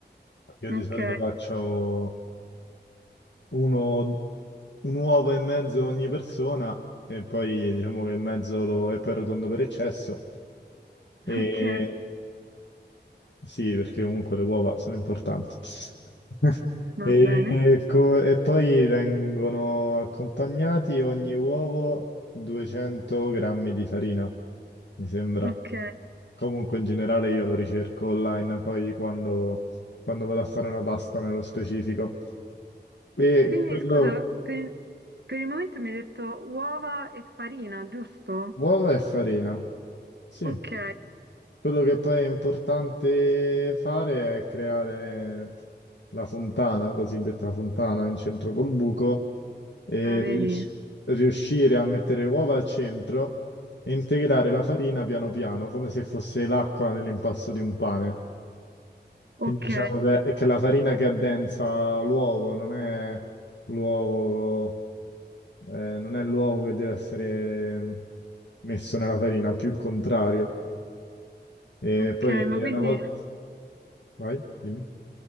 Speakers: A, on the left (about 80°); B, on the right (about 70°).
A: Io di
B: ok,
A: solito faccio uno- un uovo e mezzo ogni persona e poi diciamo che il mezzo lo, è poi rotondo per eccesso. E
B: <laughs> ok,
A: Sì, perché comunque le uova sono importanti. <laughs>
B: va
A: E,
B: bene.
A: co- e poi vengono accompagnati ogni uovo 200 grammi di farina, mi sembra.
B: Ok,
A: Comunque in generale io lo ricerco online poi quando, quando vado a fare una pasta nello specifico. E
B: quindi
A: quello,
B: scusa, per, per il momento mi hai detto uova e farina, giusto?
A: uova e farina. Sì.
B: Ok,
A: Quello che poi è importante fare è creare la fontana, cosiddetta fontana in centro col buco, e
B: ah, vedi,
A: rius- riuscire a mettere le uova al centro e integrare la farina piano piano, come se fosse l'acqua nell'impasto di un pane.
B: ok,
A: Quindi diciamo che, che la farina che addensa l'uovo non è l'uovo, eh, non è l'uovo che deve essere mm, messo nella farina, più il contrario. E
B: ok,
A: poi
B: ma quindi,
A: una volta. Vai, dimmi.